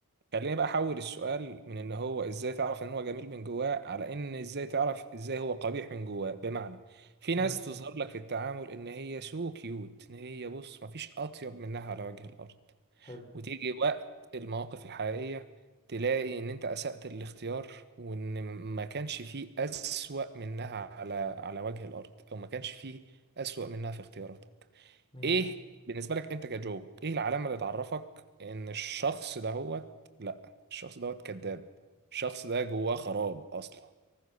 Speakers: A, on the right; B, on the left.
A: خليني بقى احول السؤال من ان هو ازاي تعرف ان هو جميل من جواه على ان ازاي تعرف ازاي هو قبيح من جواه بمعنى في
B: ماشي
A: ناس تظهر لك في التعامل ان هي سو كيوت ان هي بص مفيش اطيب منها على وجه الارض
B: حلو
A: وتيجي وقت المواقف الحقيقية تلاقي ان انت اسأت الاختيار وان ما كانش فيه اسوأ منها على على وجه الارض او ما كانش فيه اسوأ منها في اختياراتك
B: ماشي
A: ايه بالنسبه لك انت كجو ايه العلامه اللي تعرفك ان الشخص دهوت لا الشخص دهوت كذاب الشخص ده جواه خراب اصلا